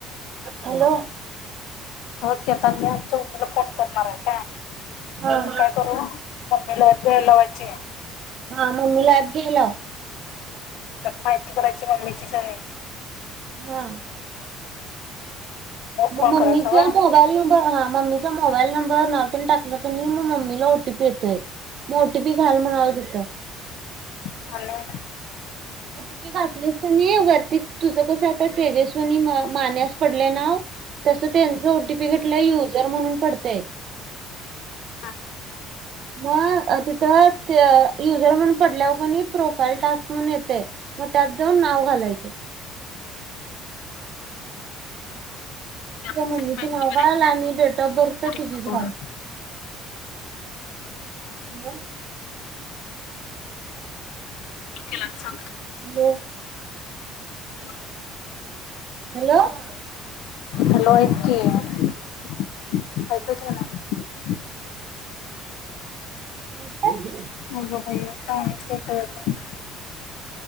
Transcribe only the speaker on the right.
हॅलो.
हा.
हा मम्मीला ॲप घ्याय लाव.
हा
म
मम्मीचे
मोबाईल नंबर आ मम्मीचा मोबाईल नंबर नाव तेन टाकलं कणी म मम्मीला ओटीपी येतोय. म ओटीपी घाल म्हणावं तिथं.
ओटीपी घातली कणी वरती तुझं कसं आता तेजस्वनी माने असं पडलंय ना तसं त्यांच ओटीपी घातल्यावर युजर म्हणून पडतंय.
म अ तिथं ते युजर म्हणून पडल्यावरं कणी प्रोफाईल टास्क म्हणून येतंय. मग त्यात जाऊन नाव घालायचं. तुझ्या
मम्मीचं
नाव घाल आणि डेट ऑफ बर्थ
तुझीच घाल. अं?
हॅलो.
हॅलो
येतेय.